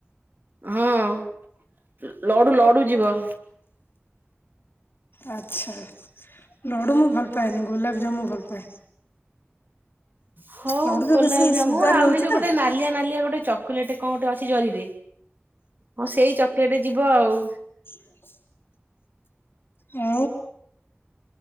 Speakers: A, on the right; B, on the left.
A: ହଁ ଲଡୁ ଲଡୁ ଯିବ।
B: ଆଚ୍ଛା ଲଡୁ ମୁଁ ଭଲ ପାଏନି ଗୋଲାପଜାମୁ ଭଲ ପାଏ।
A: ହଉ
B: ଲଡୁରେ
A: ଗୋଲାପଜାମୁ
B: ବେଶୀ ସୁଗାର
A: ଆଉ
B: ରହୁଛି
A: ଏଇ ଯୋଉ
B: ତ
A: ଗୋଟେ ନା ନାଲିଆ ନାଲିଆ ଗୋଟେ ଚକୋଲେଟ କଣ ଗୋଟେ ଅଛି ଜରିରେ ହଁ ସେଇ ଚକୋଲେଟ ଯିବ ଆଉ।
B: <inaudible> ହୁଁ।